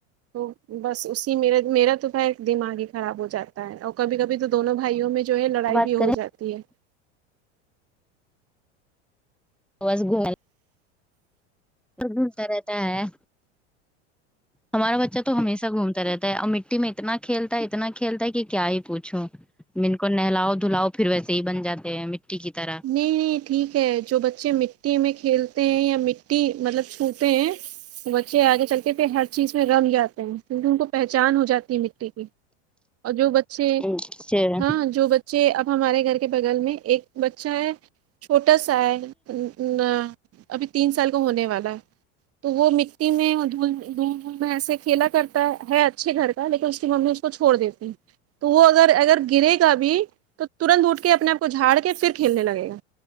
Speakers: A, on the right; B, in the centre.
A: تو بس اسی میرا میرا تو بھائی دماغ ہی خراب ہو جاتا ہے اور کبھی کبھی تو دونوں بھائیوں میں جو ہے لڑائی
B: بات
A: بھی ہو
B: کریں
A: جاتی ہے
B: گ <unintelligible> تو ڈھونڈتا رہتا ہے آیا ہمارا بچہ تو تو ہمیشہ گھومتا رہتا ہے اور مٹی میں اتنا کھیلتا ہے اتنا کھیلتا ہے کہ کیا ہی پوچھوں کو نہلاؤ دھلاؤ پھر ویسے ہی بن جاتے ہیں مٹی کی طرح
A: نہیں نہیں ٹھیک ہے جو بچے مٹی میں کھیلتے ہیں یا مٹی مطلب چھوتے ہیں بچے آگے چل کے پھر ہر چیز میں رنگ جاتے ہیں کیونکہ ان کو پہچان ہو جاتی ہے مٹی کی اور جو بچے
B: اچھا
A: ہاں جو بچ چے اب ہمارے گھر کے بغل میں ایک بچہ ہے چھوٹا سا ہے امم آ ابھی تین سال کو ہونے والا ہے تو وہ مٹی میں دھول میں ایسے کھیلا کرتا ہے ہے اچھے گھر کا لیکن اس کی ممی چھوڑ دیتے ہیں تو وہ اگر اگر گرے گا بھی تو ترنت اٹھ کے اپنے آپ کو جھاڑ کے کے پھر کھیلنے لگے گا